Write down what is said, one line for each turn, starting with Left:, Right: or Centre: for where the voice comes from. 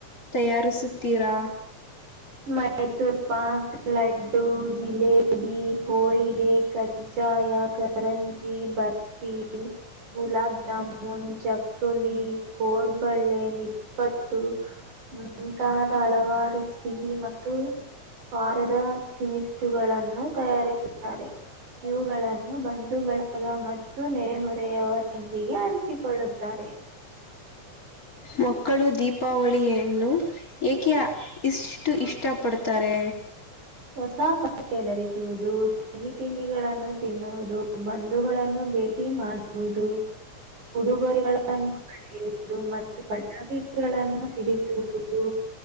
Left: ತಯಾರಿಸುತ್ತೀರಾ
Right: ಮೈಸೂರ್ ಪಾಂಕ್ ಲಡ್ಡು ಜಿಲೇಬಿ ಬಿ ಹೋಳಿಗೆ ಕಜ್ಜಾಯ ಕರಂಜಿ ಬರ್ಫಿ ಗುಲಾಬ್ ಜಾಮೂನ್ ಚಕ್ಕಲಿ ಕೋಡ್ಬಳ್ಳೆ ನಿಪ್ಪಟ್ಟು ಮುಂತಾದ ಹಲವಾರು ಸಿಹಿ ಮತ್ತು ವ್ವಾರದ ಕಿನಿಸ್ತುಗಳನ್ನು ತಯಾರಿಸುತ್ತಾರೆ ಇವುಗಳನ್ನು ಬಂದು ಬಳಗ ಮತ್ತು ನೆರೆಹೊರೆಯವರೊಂದಿಗೆ ಹಂಚಿಕೊಳ್ಳುತ್ತಾರೆ
Left: ಮಕ್ಕಳು ದೀಪಾವಳಿಯನ್ನು ಏಕೆ ಇಷ್ಟು ಇಷ್ಟಪಡ್ತಾರೆ
Right: ಹೊಸ ಬಟ್ಟೆ ಧರಿಸುವುದು ಸಿಹಿ ತಿಂಡಿಗಳಗಳನ್ನು ತಿನ್ನುವುದು ಬಂಧುಗಳನ್ನು ಭೇಟಿ ಮಾಡುವುದು ಉಡುಗೊರೆಗಳನ್ನು ಯುದು ಮತ್ತು ಬದ ಬೀಜಗಳನ್ನು ಸಿಡಿಸುವುದು